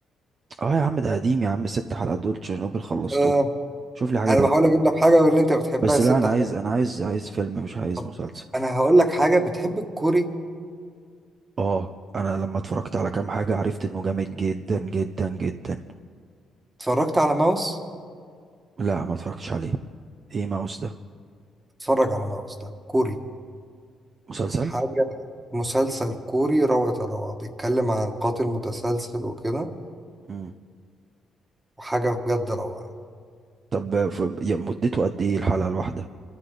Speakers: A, on the right (about 45°); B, on the right (about 20°).
A: اه يا عم ده قديم يا عم ست حلقات دول تشيرنوبل خلصتهم
B: آه.
A: شوف لي حاجة
B: أنا
A: تانية
B: بحاول أجيب لك حاجة من اللي أنت بتحبها
A: بس
B: الست
A: لا انا
B: حاجات
A: عايز انا عايز عايز فيلم مش عايز
B: طب
A: مسلسل
B: أنا هقول لك حاجة بتحب الكوري
A: اه انا لما اتفرجت على كام حاجة عرفت انه جامد جدا جدا جدا
B: اتفرجت على ماوس
A: لا ما اتفرجتش عليه ايه ماوس ده
B: اتفرج على ماوس ده كوري
A: مسلسل
B: حاجة مسلسل كوري روعة الروعة بيتكلم عن قاتل متسلسل وكده
A: امم
B: وحاجة بجد روعة
A: طب ف- يا- مدته قد ايه الحلقة الواحدة